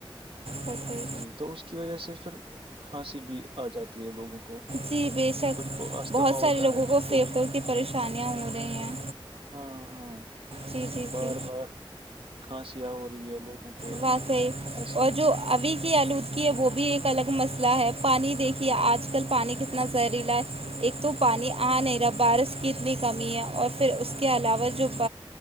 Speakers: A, on the right (about 80°); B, on the right (about 70°).
A: واقعی
B: جی تو اس کی وجہ سے پھر کھانسی بھی آ جاتی ہے لوگوں کو
A: جی بےشک
B: کچھ کو استھما
A: بہت سارے
B: ہوتا
A: لوگوں
B: ہے ان
A: کو پھی
B: بھی
A: کر کی پریشانیاں ہو رہی ہیں
B: ہاں ہاں ہاں
A: جی جی
B: بار
A: جی
B: بار کھانسییاں ہو رہی ہے لوگوں کو
A: پاس ہے
B: ایسے
A: اور جو ابھی کی آلودگی ہے وہ بھی ایک الگ مسئلہ ہے پانی دیکھیے آج کل پانی کتنا زہریلا ہے ایک تو پانی آ نہیں رہا بارش کی اتنی کمی ہے اور پھر اس کے علاوہ جو